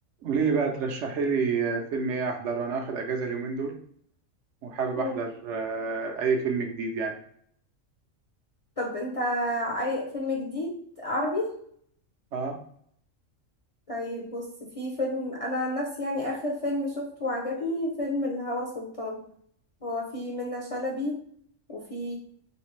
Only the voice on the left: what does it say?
مم.
طب انت عاي... فيلم جديد عربي
طيب بص في فيلم انا عن نفسي يعني اخر فيلم شفته وعجبني فيلم الهوى سلطان هو في منة شلبي وفي